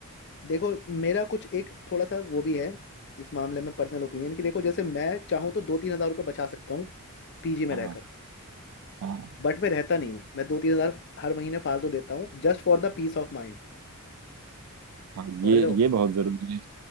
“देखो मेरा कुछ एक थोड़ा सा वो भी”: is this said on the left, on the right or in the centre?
Left